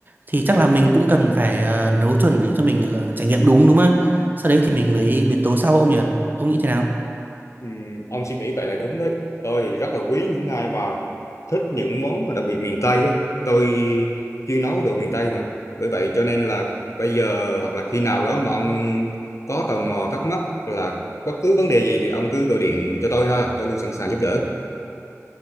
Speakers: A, on the right; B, on the left.
A: thì chắc là mình cũng cần phải ờ, nấu chuẩn để cho mình ờ, trải nghiệm đúng đúng không ạ sau đấy thì mình mới biến tấu sau ông nhỉ ông nghĩ thế nào
B: ừ, ông suy nghĩ vậy là đúng đấy tôi thì rất là quý những ai mà thích những món mà đặc biệt miền Tây á tôi chuyên nấu đồ miền Tây mà bởi vậy cho nên là bây giờ hoặc là khi nào đó mà ông có tò mò thắc mắc là bất cứ vấn đề gì thì ông cứ gọi điện cho tôi ha tôi luôn sẵn sàng giúp đỡ